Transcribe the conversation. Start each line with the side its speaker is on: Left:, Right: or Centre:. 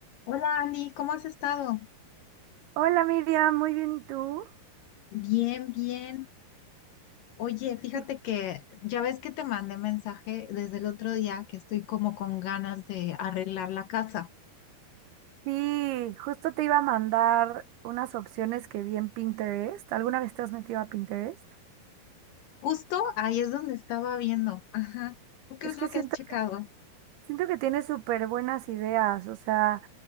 Left: Hola Andy, ¿cómo has estado?
Right: Hola Miriam, muy bien, ¿y tú?
Left: Bien, bien. Oye, fíjate
Right: Sí,
Left: que ya ves que te mandé mensaje desde el otro día que estoy como con ganas de arreglar la casa.
Right: sí, justo te iba a mandar unas opciones que vi en Pinterest. ¿Alguna vez te has metido a Pinterest?
Left: Justo ahí es donde estaba viendo. Ajá. ¿Tú qué
Right: Es
Left: es
Right: que
Left: lo
Right: siento,
Left: que has checado?
Right: siento que tienes súper buenas ideas, o sea,